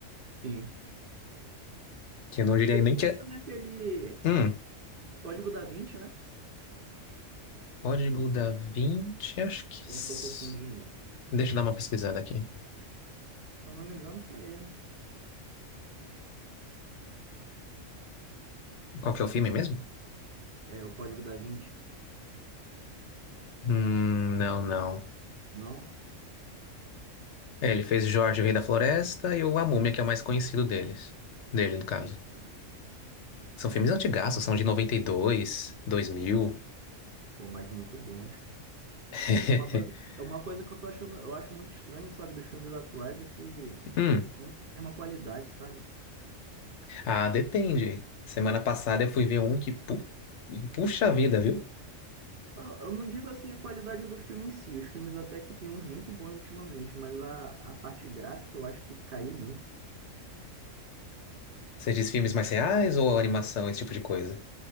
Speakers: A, on the right; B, on the left.
A: Sim.
B: Que eu não diria
A: Ele
B: nem
A: que
B: que
A: fez
B: é.
A: também aquele
B: Hum,
A: Código da Vinci, né?
B: Código da Vinci, acho que.
A: Eu
B: s-
A: não tô confundindo.
B: Deixa eu dar uma pesquisada aqui.
A: Se eu não me engano, foi ele.
B: Qual que é o filme mesmo?
A: É, o Código da Vinci.
B: Hum, não, não.
A: Não?
B: É, ele fez Jorge, o Rei da Floresta e o A Múmia, que é o mais conhecido deles. Dele, no caso.
A: Sim, sim.
B: São filmes antigaços, são de noventa e dois, 2000.
A: Pô, mas muito bons.
B: <laughs>
A: É uma coisa, é uma coisa que eu tô achando, eu acho muito estranho, sabe, dos filmes atuais, é que
B: Hum,
A: não tem a mesma qualidade, sabe?
B: ah, depende. Semana passada eu fui ver um que pu... puxa a vida, viu?
A: Não, Eu não digo assim a qualidade do filme em si, os filmes até que tem uns muito bons ultimamente, mas a, a parte gráfica eu acho que caiu muito.
B: Você diz filmes mais reais ou animação, esse tipo de coisa?